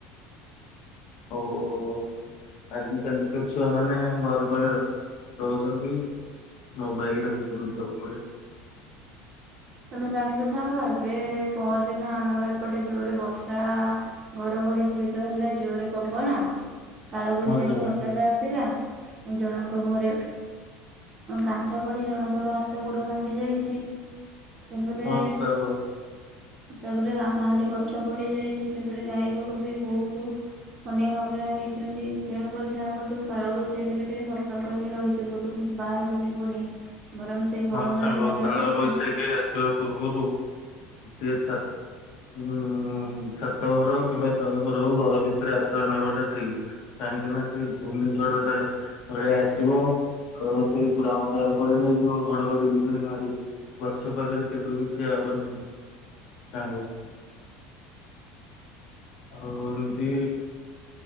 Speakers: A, on the left; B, on the right.
A: <unintelligible> ଆଜି କାଲି କା ଛୁଆ ମାନେ ଘର ପାଖରେ ରହୁଚନ୍ତି। ମୋବାଇଲ ଦେଖୁଚନ୍ତି ସବୁବେଳେ।
B: ତମେ ଜାଣିଚ ସାଙ୍ଗ ଏବେ ପଅରଦିନ ଆମର ଏପଟେ ଯୋରରେ ବର୍ଷା ଘଡଘଡି ସହିତ ହେଲା ଜୋରରେ ପବନ। କାଳବୈଶାଖୀ
A: ହଁ ସାଙ୍ଗ।
B: ହଠାତ୍ ଆସିଲା। ଉ ଜଣଙ୍କ ଘରେ କାନ୍ଥ ପଡ଼ି ଜଣଙ୍କର ହାତ ଗୋଡ଼ ଭାଙ୍ଗି ଯାଇଚି। ତାପରେ
A: ହଁ ସାଙ୍ଗ
B: ତାପରେ କାହାଠି ଗଛ ପଡି ଯାଇଚି ତାପରେ ଗାଈ ଗୋରୁ ବି ବହୁତ ଖଣ୍ଡିଆ ଖାବରା ହେଇଚନ୍ତି। ତେଣୁକରି ସେମାନଙ୍କ କତି ରୁ କାଳବୈଶାଖୀରେ ଟିକେ ସତର୍କ ହେଇି ରହି ଥିବୁ ତୁ ବାହାରକୁ ଯିବୁନି ବରଂ ସେଇ ଗରମରେ
A: ହଁ ସାଙ୍ଗ
B: ଘରେ
A: କାଳ
B: ରହିବୁ
A: ବୈଶାଖୀ ଆସିବା ପୂର୍ବରୁ ଗୋଟିଏ ଛା ଉଁ ଛାତ ଘର କିମ୍ବା ଚାଳ ଘର ହଉ ଘର ଭିତରେ ଆଶ୍ରୟ ନେବାଟା ଠିକ। କାହିଁକି ନା ସେ ଘୂର୍ଣ୍ଣିଝଡ ଟା ଭଳିଆ ଆସିବ। ରହୁଚିପୁରା ଅନ୍ଧାର କରିନେଇ ଯ ଘଡଘଡି ବିଜୁଳି ମାରିବ ଗଛ ପାଖରେ କେବେ ବି ଠିଆ ହବନେଇଁ। ସାଙ୍ଗ ଆଉ ଏମିତି